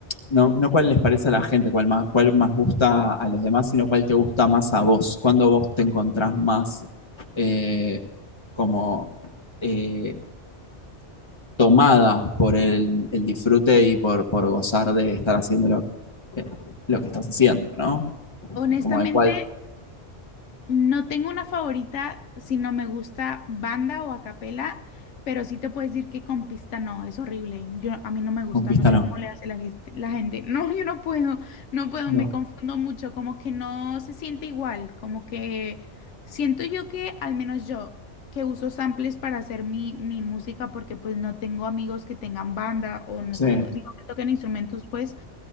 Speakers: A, on the left; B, on the left.
A: no, no cuál les parece a la gente, cuál más, cuál más gusta a los demás, sino cuál te gusta más a vos. Cuando vos te encontrás más eh, como eh, tomada por el, el disfrute y por, por gozar de estar haciendo lo, eh, lo que estás haciendo, ¿no?
B: Honestamente,
A: Como de cuál
B: No tengo una favorita si no me gusta banda o a capela, pero sí te puedo decir que con pista no, es horrible. Yo, a mí no me gusta,
A: conquista
B: no sé
A: no.
B: cómo le hace la, gest- la gente. <laughs> No, yo no puedo, no puedo,
A: No.
B: me confundo mucho, como que no se siente igual, como que siento yo que, al menos yo, que uso samples para hacer mi, mi música porque pues no tengo amigos que tengan banda o no
A: Sí,
B: tengo, digo, que toquen instrumentos, pues.